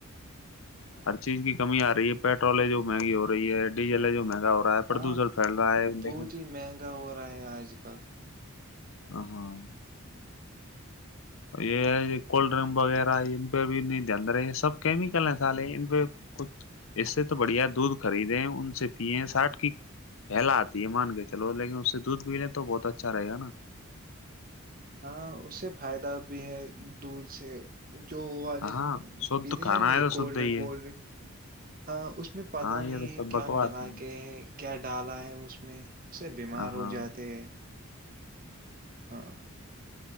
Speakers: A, on the right; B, on the left.
A: ہاں
B: ہر چیز کی کمی آ رہی رہی یہ پیٹرول ہے جو منگی ہو رہی ہے ڈیزل ہے جو مہگ ہو رہا ہے پردوشن
A: ہاں
B: پھیل رہا ہے لیکن
A: بہت ہی مہنگا ہو رہا ہے آج کل
B: ہ ہاں یہ کولڈ ڈرنک وغیرہ ان پہ بھی نہیں دند رہے سب کیمیکل ہیں سالے ان پہ کچھ اس سے تو بڑھیا دودھ خریدیں ان سے پیئے ساٹ کی پلا آتی ہے مان کے چلو لیکن اس سے دودھ پی لیں تو بہت اچھا رہے گا نا
A: ہاں اس سے فائدہ بھی ہے دھ سے جو والے
B: ہاں
A: ہم
B: شھ
A: پیتے
B: کھانا
A: ہیں نا ایک
B: ہے تو
A: کولڈ
B: شھ
A: ڈرنکولڈ
B: ہی ہے
A: ڈرنک ہاں اس میں پتہ
B: ہاں یہ
A: نہیں
B: تو سب
A: ہے
B: بکواس
A: کیا ملا کے ہے کیا ڈالا ہے اس میں سے بیمار
B: ہ ہاں
A: ہو جاتے ہیں ہاں